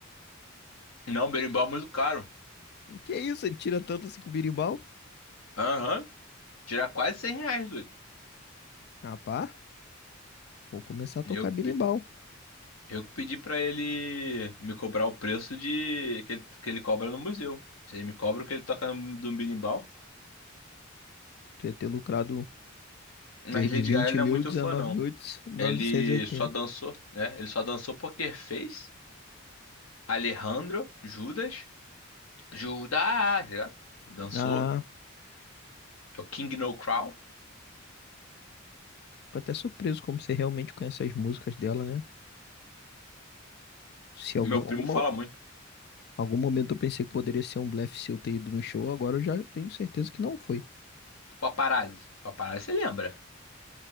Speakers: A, on the left (about 80°); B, on the left (about 50°).
A: Não, berimbau é muito caro.
B: O que é isso? Ele tira tanto assim com o birimbau?
A: Aham, Tira quase 100 reais, doido.
B: Rapaz. Vou começar a tocar
A: Eu...
B: birimbau.
A: Eu que pedi pra ele me cobrar o preço de que ele, que ele cobra no museu. Se ele me cobra o que ele toca no, no binimbau.
B: Tu ia ter lucrado
A: Mas
B: desde de
A: Lady
B: 20
A: Gaga ele não
B: mil,
A: é muito
B: dezenove
A: fã, não.
B: mil e novecentos
A: Ele
B: e oitenta.
A: só dançou, né? Ele só dançou Poker Face, Alejandro, Judas, Judas, tá ligado? Dançou.
B: Ah,
A: É o King No Crown.
B: tô até surpreso como você realmente conhece as músicas dela, né? Se algum,
A: Meu primo
B: alguma,
A: fala muito.
B: algum momento eu pensei que poderia ser um blefe seu ter ido no show, agora eu já tenho certeza que não foi.
A: Paparazzi. Paparazzi, você lembra?